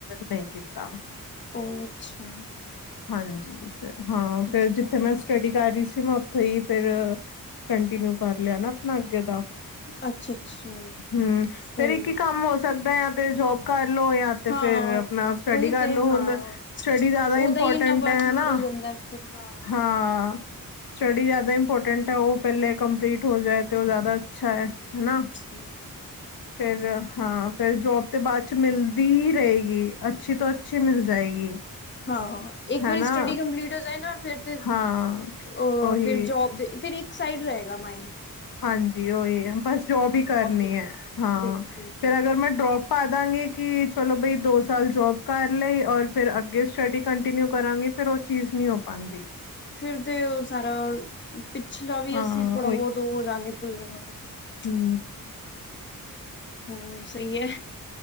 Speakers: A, on the left; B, on the left.
A: ਨਹੀਂ ਕੀਤਾ।
B: ਉਹ ਅੱਛਾ।
A: ਹਾਂਜੀ ਹਾਂ
B: ਅੱਛਾ
A: ਫੇਿਰ ਜਿੱਥੇ ਮੈਂ। ਸਟੱਡੀ ਕਰ ਰਹੀ ਸੀ ਮੈਂ ਉੱਥੋਂ ਹੀ ਫੇਿਰ ਕੰਟੀਨਿਊ ਕਰ ਲਿਆ ਨਾ ਆਪਣਾ ਅੱਗੇ ਦਾ।
B: ਅੱਛਾ। ਅੱਛਾ
A: ਹੂੰ
B: ਸਹੀ
A: ਫੇਰ ਇੱਕ
B: ਹੈ
A: ਹੀ ਕੰਮ ਹੋ ਸਕਦਾ ਜਾ ਤੇ ਜੋਬ ਕਰ ਲੋ ਜਾਂ ਤੇ
B: ਹਾਂ
A: ਫੇਰ। ਨਾਲ ਸਟੱਡੀ
B: ਉਹੀ
A: ਕਰਲੋ
B: ਤੇ ਹਾਂ
A: ਹੁਣ ਸਟੱਡੀ ਜਿਆਦਾ
B: ਉਹਦਾ
A: ਇੰਪੋਰਟੈਂਟ
B: ਹੀ ਇੰਨਾ ਵਰਕਲੋਡ
A: ਹੈ ਹਨਾ।
B: ਹੋ ਜਾਂਦਾ ਫਿਰ ਹਾਂ
A: ਹਾਂ। ਸਟੱਡੀ ਜ਼ਿਆਦਾ ਇੰਪੋਰਟੈਂਟ ਹੈ ਉਹ ਪਹਿਲੇ ਕੰਪਲੀਟ ਹੋ ਜਾਏ ਤੇ ਉਹ ਜ਼ਿਆਦਾ ਅੱਛਾ ਹੈ ਹਨਾ।
B: ਹੂੰ।
A: ਫਿਰ ਹਾਂ ਫੇਰ ਜੋਬ। ਤੇ ਬਾਅਦ 'ਚ ਮਿਲਦੀ ਹੀ ਰਹੇਗੀ ਅੱਛੀ ਤੋਂ ਅੱਛੀ ਮਿਲ ਜਾਏਗੀ।
B: ਹਾਂ ਇੱਕ
A: ਹੈਨਾ
B: ਵਾਰੀ ਸਟੱਡੀ ਕੰਪਲੀਟ ਹੋ ਜਾਏ ਨਾ ਫਿਰ ਤੇ। ਅ
A: ਹਾਂ ਉਹੀ
B: ਫਿਰ ਜੋਬ ਦੇ ਫਿਰ ਇੱਕ ਸਾਈਡ ਰਹੇਗਾ ਮਾਈੰਡ।
A: ਹਾਂਜੀ ਉਹੀ ਹੈ ਬਸ ਜੋਬ ਹੀ ਕਰਨੀ
B: ਦੇ ਤੇ
A: ਹੈ ਹਾਂ
B: ਬਿਲਕੁਲ ਬਿਲਕੁਲ
A: ਫਿਰ ਅਗਰ ਮੈਂ ਡਰੋਪ। ਪਾ ਦਾਂਗੇ ਕਿ ਚਲੋ ਬਈ ਦੋ ਸਾਲ ਜੋਬ ਕਰ ਲਈਏ ਔਰ। ਫਿਰ ਅੱਗੇ ਸਟੱਡੀ ਕੰਟੀਨਿਊ ਕਰਾਂਗੀ ਫੇਰ ਉਹ ਚੀਜ਼ ਨਹੀਂ ਹੋ ਪਾਉਂਦੀ।
B: ਫਿਰ ਤੇ ਉਹ ਸਾਰਾ ਪਿਛਲਾ ਵੀ
A: ਹਾਂ
B: ਅਸੀਂ ਥੋੜਾ ਬਹੁਤ ਉਹ ਹੋ ਜਾਂਗੇ ਭੁੱਲ ਜਾਵਾਂਗੇ। ਹਾਂਜੀ,
A: ਹੂੰ।
B: ਹੋਰ ਸਹੀ ਹੈ